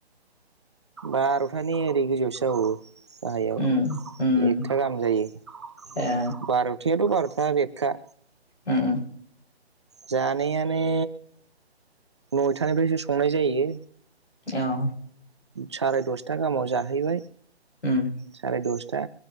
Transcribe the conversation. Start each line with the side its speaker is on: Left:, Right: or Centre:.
Right: बार माने ओरै गोजौआवसो जाबावो। गाहायाव
Left: उम उम
Right: एकथा गाहाम जायो
Left: ए
Right: बार'थ बेयाथ' बार'था रेटखा।
Left: ओम ओम
Right: जानायानो नयथानिफ्रायसो संनाय जायो।
Left: औ
Right: साराय दसथा गाहामाव जा जाहैबाय।
Left: उम
Right: साराय दस था